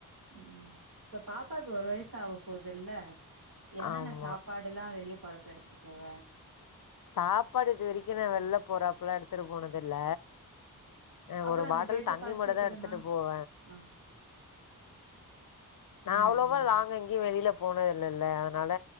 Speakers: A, on the right; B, on the left.
A: ம் இப்ப பாப்பாக்கு ஒரு வயசு ஆவ போதுல்ல என்னென்ன
B: ஆமா
A: சாப்பாட் டெல்லா வெளிய போரப்ப எட்த்துட்டு போவ
B: சாப்பாடு இது வரைக்கு நா வெள்ல போறாப்ல்லா எடுத்துட்டு போனது இல்ல அ
A: அப்புறோ
B: ஒரு
A: அங்க
B: பாட்டில்
A: போயிட்டு
B: தண்ணி
A: பசிக்குதுன்னா
B: மட்டு தா எடுத்துட்டு போவ
A: ஆ
B: நா
A: ம்
B: அவ்ளோவா
A: ம்
B: லாங்கங் ங்கெயு வெளில போன இல்லல அதனால